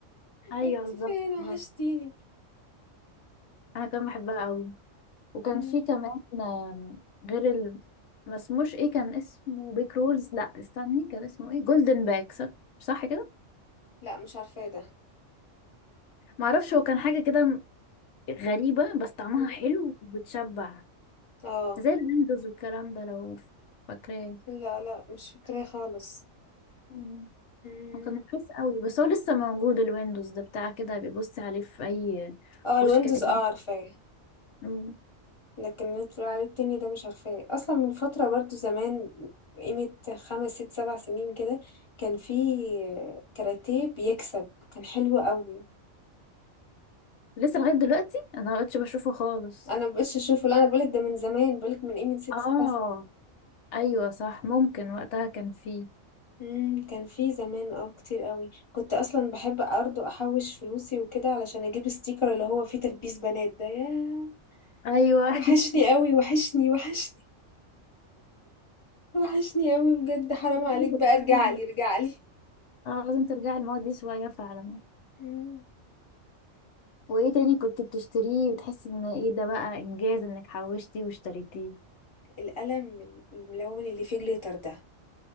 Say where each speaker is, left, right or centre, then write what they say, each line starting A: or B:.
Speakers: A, on the left (about 65°); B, on the left (about 25°).
A: <laughs> ايوه
B: انت
A: بالظبط
B: فين وحشتيني
A: بالظبط انا كمان بحبها قوي وكان
B: مم.
A: في كمان آم، غير ال... ما اسموش ايه كان اسمه بيك رولز لا استني كان اسمه ايه جولدن باك صح صح كده
B: لا مش عارفاه ده
A: ما اعرفش هو كان حاجه كده م- غريبه بس طعمها
B: مم.
A: حلو وبتشبع
B: اه
A: زي الويندوز والكلام ده لو فاكراه
B: لا لا مش فاكراه خالص
A: مم.
B: مم.
A: هو كان رخيص قوي بس هو لسه موجود الويندوز ده بتاع كده بيبص عليه في اي
B: اه الويندوز
A: كشك قديم
B: اه عارفاه
A: مم.
B: لكن اللي انت بتقول عليه التاني ده مش عارفاه اصلا من فترة برضو زمان قيمة خمس ست سبع سنين كده كان في كاراتيه بيكسب كان حلو قوي
A: لسه لغاية دلوقتي انا ما بقتش بشوفه خالص
B: انا مبقتش اشوفه لا انا بقولك ده من زمان بقولك من قيمة ست
A: اه
B: سبع سنين
A: ايوه صح ممكن وقتها كان فيه
B: مم، كان في زمان اه كتير قوي كنت اصلا بحب برضه احوش فلوسي وكده علشان اجيب ستيكر اللي هو فيه تلبيس بنات ده ياه
A: ايوه
B: وحشني
A: <laughs>
B: قوي وحشني وحشني وحشني أوي بجد حرام
A: لازم
B: عليك
A: ترجعي
B: بقى ارجعلي ارجعلي
A: اه لازم ترجعي الماضي دي شوية فعلا
B: مم.
A: وايه تاني كنت بتشتريه وتحسي ان ايه ده بقى انجاز انك حوشتي واشتريتيه
B: القلم الملون اللي فيه جليتر ده